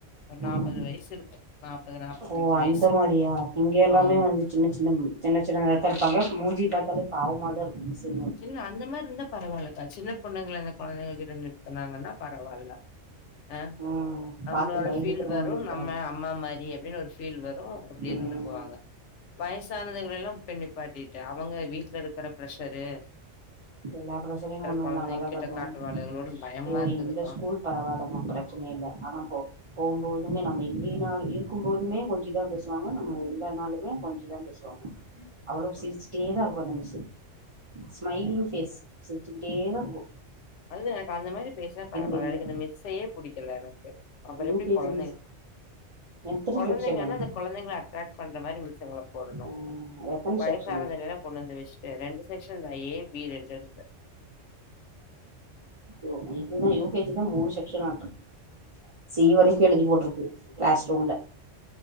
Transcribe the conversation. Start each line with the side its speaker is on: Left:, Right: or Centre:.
Left: ஒரு
Right: அ
Left: நாப்பது வயசு இருக்கு நாப்பது நாப்பத்தஞ்சு
Right: ஓ அந்த
Left: வயசு
Right: மாரியா இங்க எல்லாமே
Left: ஆமா
Right: வந்து சின்ன சின்ன சின்ன சின்னதாத்தா இருப்பாங்க மூஞ்சிப்பாத்தாலே பாவ்மாதாருக்கு மிசு
Left: கின்னு அந்த மார் ருந்தா பரவால்லக்கா சின்னப்பொண்ணுங்ல அந்த கொழந்தங்க கிட்ட நிறுத்தனாங்கன்னா பரவால்ல ஆஹ்
Right: ம்
Left: நம்ளோட
Right: பாத்து பயந்துக்கிறமான்னு
Left: ஃபீல் வரும்
Right: இருக்குறாங்க
Left: நம்ம அம்மா மாரி அப்டின்னு ஒரு ஃபீல் வரூ அப்டி
Right: ம்
Left: இருந்துக்வாங்க வய்ஸ் சானதுங்களைல்லாம் பெண்ணிப்பாட்டிட்டு அவங்க வீட்லருக்கிற ப்ரஷரு
Right: எல்லா ப்ரஷரையும் கொண்டு
Left: கொழந்தைங்க
Right: வந்து அங்கதான்
Left: கிட்ட
Right: கட்டுவாங்
Left: காட்டுவாளுகளோன்னு பயமா
Right: ஐயோ
Left: இருக்குதுக்கா
Right: இந்த ஸ்கூல் பரவால்லமா பிரச்சனை இல்ல ஆனா போ போம்போதுமே நம்ம இல்லிய்னாவ் இருக்கும்போதுமே கொஞ்சிதா பேசுவாங்க நம்ம இல்ல நாளுமே கொஞ்சிதா பேசுவாங்க அவ்ளவ்
Left: ம்.
Right: சிரிச்சிட்டே தான் இருக்கு அந்த மி ஸ்மைலிங் பேஸ் சிரிச்சிகிட்டேதாருக்கு
Left: அதுதா எனக்கு அந்த மாரி பேசுனா பரவால
Right: தெரில
Left: எனக் இந்த மிஸ்ஸையே புடிக்கல எனக்கு அப்பறெப்டி
Right: யூ கே
Left: கொழந்தைங்க
Right: ஜி மிஸ் எத்தன
Left: கொழந்தைங்கனா
Right: செக்ஷனு
Left: அந்த கொழந்தைங்க ட்ராக் பண்ற மாரி செவல போடணு
Right: ம் எத்தன
Left: வயசானகைலா
Right: செக்ஷனு
Left: கொண்டந்து வஸ்ட்டு ரெண்டு செக்ஷன் தாயி பி ரெண்டுருக்கு
Right: யோ இதுதா யுகேஜி தா மூணு செக்ஷன் ஆட்டு சி வரைக்கு எழுதி போட்ருக்கு கிளாஸ் ரூம்ல